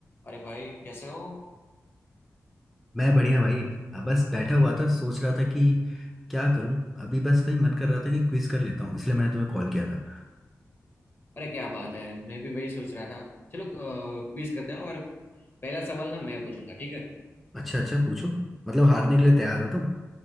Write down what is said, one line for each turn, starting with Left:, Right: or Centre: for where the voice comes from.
Left: अरे भाई कैसे हो
Centre: मैं बढ़िया भाई अब बस बैठा हुआ था सोच रहा था कि क्या करूं अभी बस वही मन कर रहा था कि क्विज कर लेता हूं इसलिए मैंने तुम्हें कॉल किया था
Left: अरे क्या बात है मैं भी वही सोच रहा था चलो क्विज करते हैं और पहला सवाल ना मैं पूछूंगा ठीक है
Centre: अच्छा अच्छा पूछो मतलब हारने के लिए तैयार हो तुम